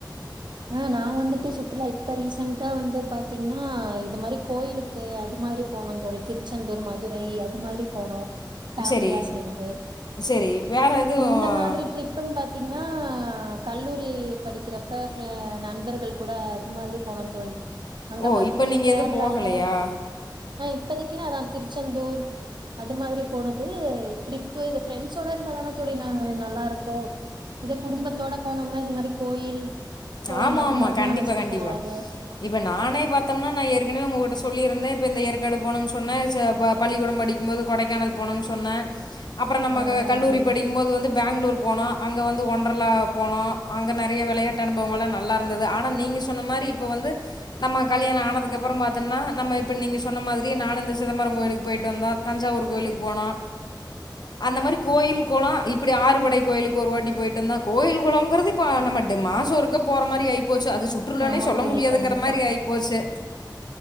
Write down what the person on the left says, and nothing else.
சரி,
சரி. வேற எதுவும்
ஓ!
இப்ப நீங்க
எதுவும் போகலையா?
ஆமா
ஆமா
கண்டிப்பா
கண்டிப்பா
இப்ப நானே பார்த்தோம்னா நா ஏற்கனவே உங்ககிட்ட சொல்லியிருந்தே ப்ப இந்த ஏற்காடு போனும்னு சொன்ன ச ப பள்ளிக்கூடம் படிக்கும்போது கொடைக்கானல் போனம்னு சொன்னே அப்புறம் நம்ம
க
கல்லூரி
படிக்கும்போது வந்து பெங்களூர் போனோ அங்கே வந்து வண்ட்ரலா போனோ அங்கே நெறைய வெளையா ட்டு அனுபவம் நல்லா இருந்தது ஆனா நீங்க சொன்ன மாரி இப்ப வந்து நம்ம கல்யாண ஆனதுக்குப்புறம் பாத்தும்னா நம்ம இப்ப நீங்க ச் சொன்ன மாதிரி நானு இந்த சிதபரம் கோவிலுக் போயிட்டு வந்தொ தஞ்சாவூர் கோயிலுக்கு போன அந்த மாரி கோயில் கொளொ இப்படி ஆறுபடை கோலுக்கு ஒரு வாட்டி போயிட்டு வந்தொ கோயில் கொயளங்குறது இப்ப நம்ம டி மாச் ஒருக்க போற மாரி ஆயி போச்சு அது சுற்றுலனே
சொல்ல
முடியாதுங்கிற
மாதிரி ஆயிப்போச்சு